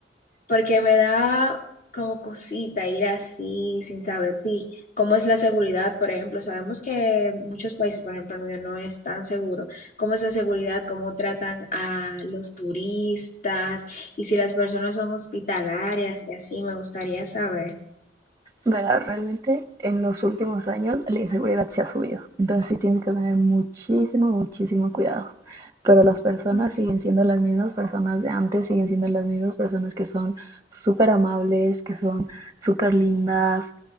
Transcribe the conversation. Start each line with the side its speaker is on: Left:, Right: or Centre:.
Left: porque me da como cosita ir así sin saber si cómo es la seguridad, por ejemplo, sabemos que muchos países, por ejemplo, el mío no es tan seguro, cómo es la seguridad, cómo tratan a los turistas y si las personas son hospitalarias y así, me gustaría saber.
Right: Verás, realmente en los últimos años la inseguridad se ha subido, entonces sí tienes que tener muchísimo, muchísimo cuidado. Pero las personas
Left: Ok.
Right: siguen siendo las mismas personas de antes, siguen siendo las mismas personas que son súper amables, que son súper lindas